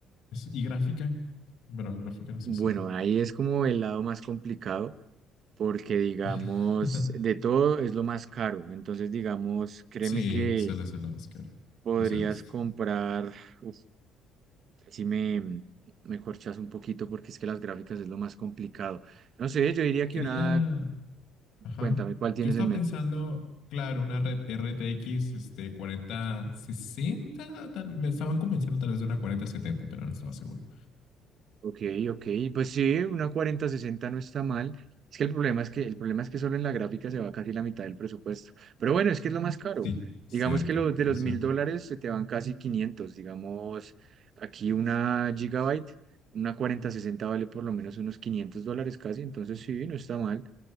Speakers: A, on the left; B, on the right.
A: es- y gráfica. Bueno, gráfica no sé
B: Bueno,
A: si.
B: ahí es como el lado más complicado porque digamos,
A: <laughs>
B: de todo es lo más caro. Entonces, digamos, créeme
A: Sí,
B: que
A: se le hace el Oscar.
B: Podrías
A: Eso he visto.
B: comprar, uf, si me, me corchas un poquito porque es que las gráficas es lo más complicado. No sé, yo diría que
A: Quería.
B: una,
A: Ajá.
B: cuéntame, ¿cuál tienes
A: Yo estaba
B: en mente?
A: pensando, claro, una red RTX este, cuarenta sesenta Tal, me estaban convenciendo tal vez de una cuarenta setenta pero no estaba seguro.
B: Ok, ok, pues sí, una cuarenta sesenta no está mal. Es que el problema es que, el problema es que solo en la gráfica se va casi la mitad del presupuesto. Pero bueno, es que es lo más caro.
A: Sí, cierto.
B: Digamos que los de los
A: Es
B: mil
A: cierto.
B: dólares se te van casi quinientos Digamos, aquí una gigabyte, una cuarenta sesenta vale por lo menos unos 500 dólares casi, entonces sí, no está mal.